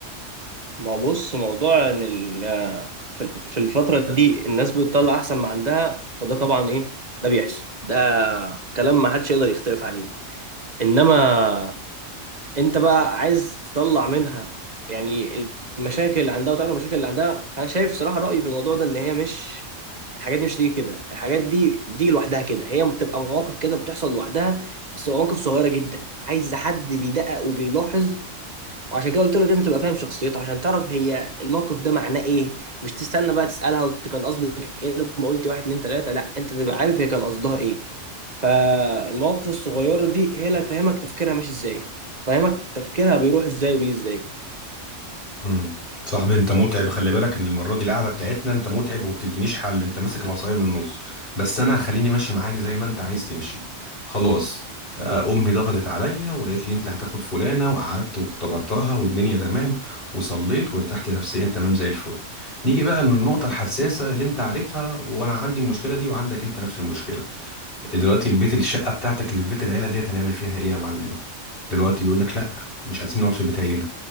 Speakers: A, on the right; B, on the left.
A: ما هو بص موضوع ان ال- في في الفتره دي الناس بتطلع احسن ما عندها فده طبعا ايه ده بيحصل ده كلام ما حدش يقدر يختلف عليه انما انت بقى عايز تطلع منها يعني المشاكل اللي عندها وتعمل المشاكل اللي عندها فانا شايف صراحه رايي في الموضوع ده ان هي مش الحاجات دي مش تيجي كده الحاجات دي بتيجي لوحدها كده هي بتبقى مواقف كده بتحصل لوحدها بس مواقف صغيره جدا عايز حد بيدقق وبيلاحظ وعشان كده قلت لك لازم تبقى فاهم شخصيته عشان تعرف هي الموقف ده معناه ايه مش تستنى بقى تسالها وت- كان قصدك ايه لما قلت واحد اتنين تلاته لا انت تبقى عارف هي كان قصدها ايه فالمواقف الصغيره دي هي اللي هتفهمك تفكيرها ماشي ازاي تفهمك تفكيرها بيروح ازاي وبيجي ازاي
B: امم صاحبي انت متعب خلي بالك ان المره دي القعده بتاعتنا انت متعب وما بتدينيش حل انت ماسك العصايه من النص بس انا هخليني ماشي معاك زي ما انت عايز تمشي خلاص آه، امي ضغطت عليا وقالت لي انت هتاخد فلانه وقعدت واختبرتها والدنيا تمام وصليت وارتحت نفسيا تمام زي الفل نيجي بقى للنقطه الحساسه اللي انت عارفها وانا عندي المشكله دي وعندك انت نفس المشكله دلوقتي البيت الشقه بتاعتك اللي في بيت العيله ديت هنعمل فيها ايه يا معلم دلوقتي بيقول لك لا مش عايزين نقعد في بيت عيله